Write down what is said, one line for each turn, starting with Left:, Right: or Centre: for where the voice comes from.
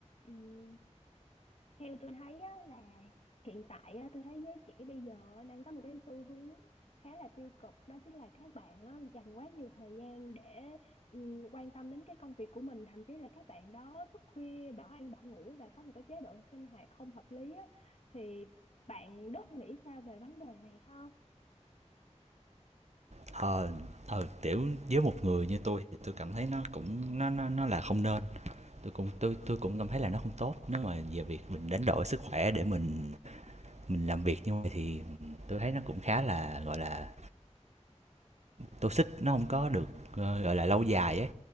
Left: Ừm, theo tôi thấy á, là hiện tại á, tôi thấy giới trẻ bây giờ á, đang có một cái xu hướng khá là tiêu cực đó chính là các bạn á, dành quá nhiều thời gian để ừm, quan tâm đến cái công việc của mình thậm chí là các bạn đó thức khuya bỏ ăn bỏ ngủ và có một cái chế độ sinh hoạt không hợp lý á, thì bạn Đức nghĩ sao về vấn đề này ha?
Right: Ờ, ờ, kiểu, với một người như tôi thì tôi cảm thấy nó cũng nó nó nó là không nên. tôi cũng tôi tôi cũng cảm thấy là nó không tốt, nếu mà về việc mình đánh đổi sức khỏe để mình mình làm việc như vậy thì tôi thấy nó cũng khá là, gọi là, toxic, nó không có được, ơ, gọi là, lâu dài ấy.